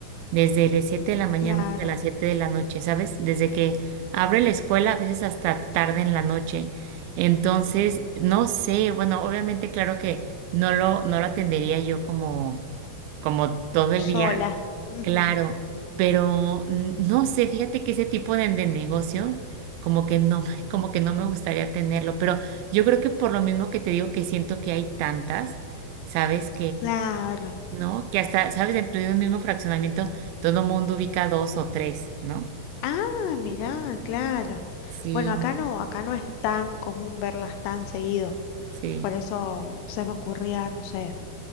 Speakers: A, on the right; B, on the left.
A: desde las siete de la mañana
B: claro,
A: hasta las 7 de la noche, ¿sabes? Desde que abre la escuela, a veces hasta tarde en la noche. Entonces, no sé, bueno, obviamente claro que no lo, no lo atendería yo como, como todo el
B: sola.
A: día,
B: ujú,
A: claro, pero mm, no sé, fíjate que ese tipo de, de negocio como que no, <laughs> me- como que no me gustaría tenerlo, pero yo creo que por lo mismo que te digo que siento que hay tantas, ¿sabes?
B: claro.
A: ¿no? Que hasta, ¿sabes? Dentro de un mismo fraccionamiento todo mundo ubica dos o tres, ¿no?
B: Ah, mirá, claro.
A: Sí,
B: Bueno, acá no, acá no es tan común verlas tan seguido.
A: sí,
B: Por eso se me ocurría, no sé.